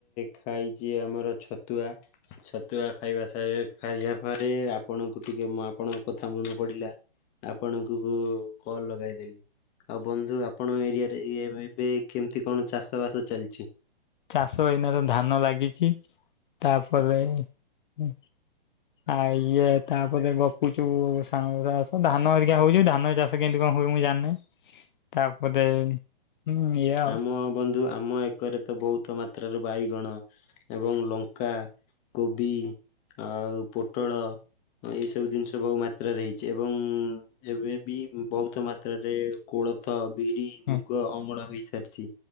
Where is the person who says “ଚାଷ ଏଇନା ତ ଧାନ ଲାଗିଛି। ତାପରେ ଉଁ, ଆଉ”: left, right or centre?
Left